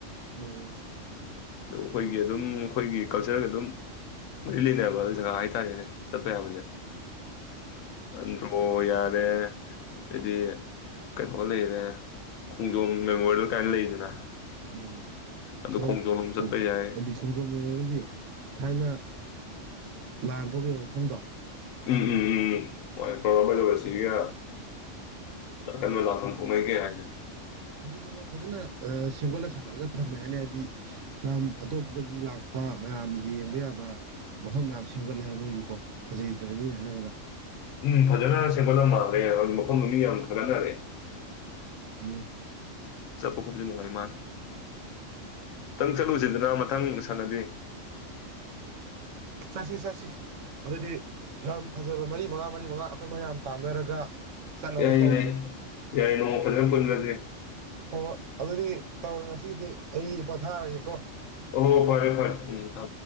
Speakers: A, on the right (about 75°); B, on the left (about 85°).
A: ꯎꯝ
B: ꯑ ꯑꯩꯈꯣꯏꯒꯤ ꯑꯗꯨꯝ ꯑꯩ ꯒꯤ ꯀꯜꯆꯔꯒ ꯑꯗꯨꯝ ꯃꯔꯤ ꯂꯩꯅꯕ ꯖꯒꯥ ꯍꯥꯏꯇꯥꯔꯦꯅꯦ ꯆꯠꯄ ꯌꯥꯕꯁꯦ ꯑ꯭ꯔꯣ ꯌꯥꯔ ꯃꯦ ꯑꯗꯨꯗꯤ ꯀꯩꯅꯣ ꯂꯩꯔꯦ ꯈꯣꯡꯖꯣꯝ ꯃꯦꯃꯣꯔꯤꯌꯦꯜ ꯀꯥꯏꯅ ꯂꯩꯗꯅ
A: ꯎꯝ
B: ꯑꯗꯨ
A: ꯑꯣ
B: ꯈꯣꯡꯖꯣꯝ ꯂꯣꯝ ꯆꯠꯄ ꯌꯥꯏ
A: ꯍꯥꯏꯗꯤ ꯈꯣꯡꯖꯣꯝ ꯃꯦꯃꯣꯔꯤꯌꯦꯜꯗꯤ ꯊꯥꯏꯅ ꯂꯥꯟ ꯊꯣꯛꯈꯤꯕ ꯃꯐꯝꯗꯣ
B: ꯎꯝ ꯎꯝ ꯎꯝꯕꯖꯕꯁꯤꯒ ꯑ ꯀ ꯃ ꯂꯥꯎ ꯊꯝ ꯐꯃꯩ ꯀꯦ ꯍꯥꯏꯅꯦ
A: ꯑꯗꯨꯁꯨ ꯃꯣꯏ ꯐꯖꯅ ꯁꯦꯝꯒꯠꯂ ꯁꯥꯒꯠꯂꯒ ꯊꯝꯃꯦ ꯍꯥꯏꯅꯤ ꯍꯥꯏꯕꯗꯤ ꯂꯝ ꯑꯇꯣꯞꯄꯗꯒꯤ ꯂꯥꯛꯄ ꯃꯌꯥꯝ ꯌꯦꯡꯕ ꯌꯥꯕ ꯃꯐꯝ ꯌꯥꯝꯌꯥꯝ ꯁꯦꯝꯒꯠꯂꯦ ꯍꯥꯏ ꯃꯣꯏꯁꯨ ꯀꯣ ꯐꯖꯩꯗ꯭ꯔꯕꯅꯤꯅ ꯍꯥꯏꯉꯗ
B: ꯎꯝ ꯐꯖꯅ ꯁꯦꯝꯒꯠꯂꯝ ꯃꯥꯜꯒꯦ ꯍꯥꯏꯕ ꯃꯐꯝꯗꯨ ꯃꯤ ꯌꯥꯝ ꯊꯥꯒꯠꯅꯔꯦ
A: ꯎꯝ
B: ꯄꯈꯐꯝꯁꯨ ꯅꯨꯡꯉꯥꯏꯅꯦꯃ ꯈꯤꯇꯪ ꯆꯠꯂꯨꯁꯤꯗꯅ
A: ꯎꯝ
B: ꯃꯊꯪ ꯍꯂꯗꯦ
A: ꯆꯠꯁꯤ ꯆꯠꯁꯤ ꯑꯗꯨꯗꯤ ꯂꯝ ꯐꯖꯕ ꯃꯔꯤ ꯃꯉꯥ ꯃꯔꯤ ꯃꯉꯥ ꯑꯩꯈꯣꯏ ꯃꯌꯥꯝ ꯇꯥꯟꯅꯔꯒ ꯆꯠꯅꯕ
B: ꯌꯥꯏ
A: ꯇꯧꯁꯤ
B: ꯌꯥꯏ ꯌꯥꯏ ꯅꯣꯡ ꯐꯖꯅ ꯄꯨꯜꯈꯁꯦ
A: ꯍꯣꯏ ꯍꯣꯏ ꯑꯗꯨꯗꯤ ꯇꯧꯔꯦ ꯉꯁꯤꯒꯤꯗꯤ ꯑꯩ ꯄꯟꯊꯥꯔꯒꯦꯀꯣ
B: ꯑꯣ ꯐꯔꯦ ꯐꯔꯦ ꯊ